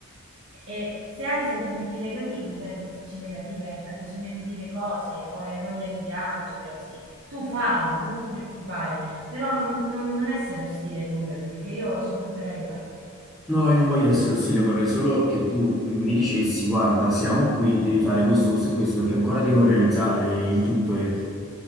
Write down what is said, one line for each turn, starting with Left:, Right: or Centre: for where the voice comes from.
Right: E se hai sentimenti negativi, se hai sensazioni negative, hai bisogno di dire cose o hai voglia di piangere o sei... Tu fallo, non ti preoccupare, però non, non- non essere ostile con me perché io sono qui per aiutarti.
Centre: No, io non voglio essere ostile, vorrei solo che tu mi dicessi, guarda, siamo qui, devi fare questo, questo e questo, perché ancora devo realizzare il tutto. E...